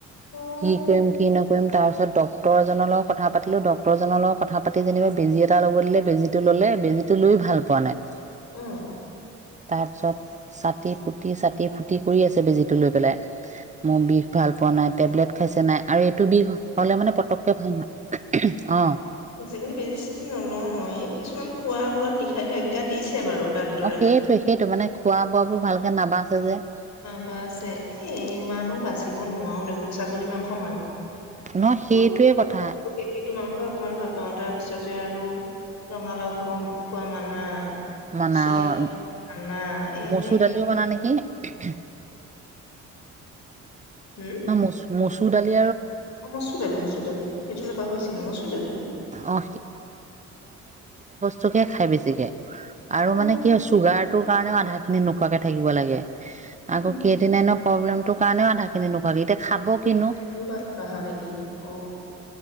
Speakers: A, on the left; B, on the right.
A: অ',
B: কি কৰিম কি নকৰিম, তাৰ পিছত ডক্তৰজনৰ লগত কথা পাতিলো ডক্তৰজনৰ লগত কথা পাতি যেনিবা বেজি এটা ল'ব দিলে বেজীটো ললে বেজী টো লৈ ভাল পোৱা নাই।
A: অ',
B: তাৰপিছত, চাটি ফুটি, চাটি ফুটি কৰি আছে বেজিটো লৈ পেলাই, মোৰ বিষ ভাল পোৱা নাই টেবলেট খাইছে নাই আৰু এইটো বিষ হলে মানে পতককে ভাল নহয় অ
A: কিন্তু বেজি চেজি নলও মই এই কিছুমান খোৱা বোৱাত নিখেতজ্ঞা দিছে বাৰু ডাক্তৰে।
B: অ সেইটোৱে সেইটো মানে খোৱা বোৱা বোৰ ভালকে নাবাচে যে
A: নাবাছে, এ ইমানো বাচিব নোৱাৰো দেখোন ছাগলী মাংস মানুহ,
B: ন সেইটোৱে
A: ক'ত
B: কথা
A: সেইটো মাংস অকমান ভাল পাওঁ তাৰ পিছতে আৰু ৰঙালাও খাব খোৱা মানা
B: মানা
A: চয়া
B: অ,
A: মানা এ
B: মচুৰদালি
A: এনেকে
B: বনাও নেকি? <unintelligible>
A: হম।
B: ন মচু মচু চুৰদালি
A: অ মচুৰ দালি মচুৰ দালি, সেইটো পাহৰিছিলোঁ মই চুৰ দালি
B: অ চোকে খাই বেছিকে আৰু
A: অ
B: মানে কি হয় চুগাৰটো কাৰণেও আধা খিনি নোখোৱাকে থাকিব লাগে।
A: সেইটো
B: আগ কেইদিন ন প্ৰব্লেম তোৰ কাৰণে আধা খিনি নুখুৱাবি, এতিয়া খাব
A: সেইকাৰনে
B: কিনো
A: তোৰ বাচহা নেকি অ।